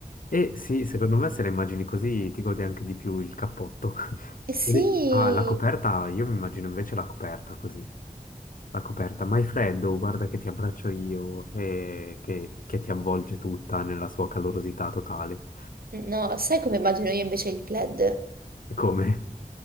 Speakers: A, on the left; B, on the right.
A: E sì, secondo me se la immagini così ti godi anche di più il cappotto. <laughs>
B: Eh sì,
A: Ed è- Ah, la coperta, io mi immagino invece la coperta così. La coperta, ma è freddo, guarda che ti abbraccio io e che, che ti avvolge tutta nella sua calorosità totale.
B: No, sai come immagino io invece il plaid?
A: E come?